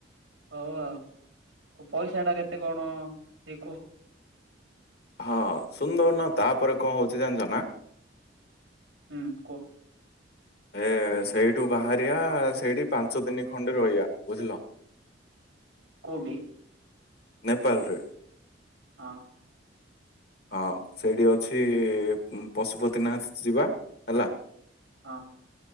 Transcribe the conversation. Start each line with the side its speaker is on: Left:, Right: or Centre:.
Right: ହଉ ଆଉ ପଇସାଟା କେତେ କଣ ଟିକେ କୁହ?
Left: ହଁ ସୁନ୍ଦଉନ ତାପରେ କଣ ହଉଚି ଜାଣିଚନା
Right: ହୁଁ କୁଅଁ।
Left: ଏ ସେଇଠୁ ବାହାରିବା ସେଇଠି ପାଞ୍ଚ ଦିନ ଖଣ୍ଡେ ରହିବା ବୁଝିଲ। <inaudible>
Right: କୋଉଁଠି?
Left: ନେପାଳରେ।
Right: ହଁ।
Left: ହଁ ସେଇଠି ଅଛି ପଶୁପତିନାଥ ଯିବା ହେଲା।
Right: ହଁ।